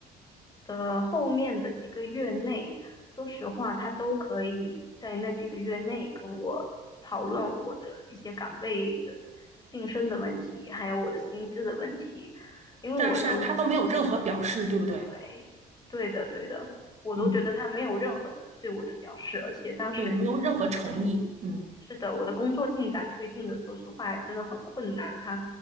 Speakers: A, on the left (about 25°); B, on the right (about 45°).
A: 的后面的几个月内，说实话，他都可以在那几个月内跟我讨论我的一些岗位的晋升的问题，还有我的薪资的问题，因为我都，
B: 是啊是啊，他都没有任何表示，对不对？
A: 对，对的，对的，我都觉得他没有任何的对我的表示，
B: 嗯，
A: 而且当时
B: 对，没有任何诚意。嗯，
A: 是的，我的工作进展推进的，说实话真的很困难。他，